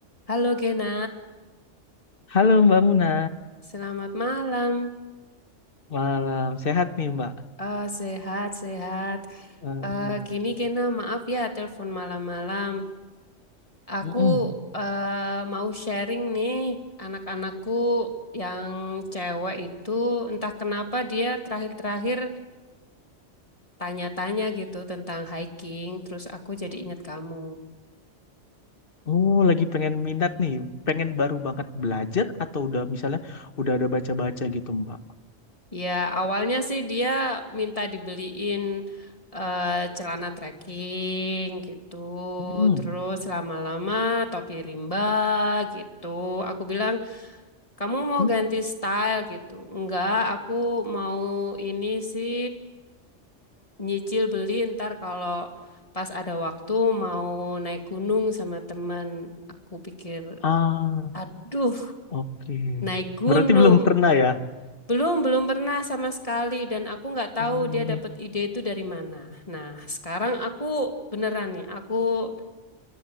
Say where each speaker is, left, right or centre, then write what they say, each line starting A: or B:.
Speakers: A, on the left; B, on the left.
A: Halo Gena,
B: Halo Mbak Muna,
A: selamat malam.
B: malam sehat nih Mbak.
A: Eh, sehat, sehat.
B: Eh,
A: Eh, gini Gena, maaf ya telepon malam-malam. Aku
B: mm-mm.
A: eh, mau sharing nih anak-anakku yang cewek itu entah kenapa dia terakhir-terakhir tanya-tanya gitu tentang hiking, terus aku jadi ingat kamu.
B: Oh lagi pengen minat nih, pengen baru banget belajar atau udah misalnya udah ada baca-baca gitu Mbak.
A: Ya, awalnya sih dia minta dibeliin eh, celana trekking gitu.
B: Mm-mm.
A: Terus lama-lama topi rimba gitu. Aku bilang, "Kamu mau
B: Hmm?
A: ganti style gitu?" Enggak, aku mau ini sih nyicil beli ntar kalau pas ada waktu mau naik gunung sama teman. Aku pikir,
B: Ah
A: "Aduh,
B: oke,
A: naik gunung."
B: berarti belum pernah ya?
A: Belum, belum pernah sama sekali dan aku nggak tahu
B: Oke.
A: dia dapat ide itu dari mana. Nah, sekarang aku beneran nih, aku